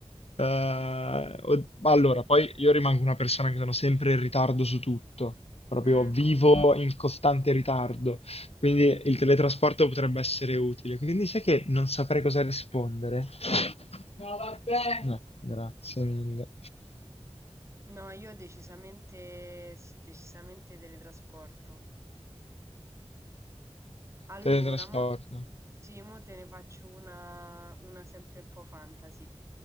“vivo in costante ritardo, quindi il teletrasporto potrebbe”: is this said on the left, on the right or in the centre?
Left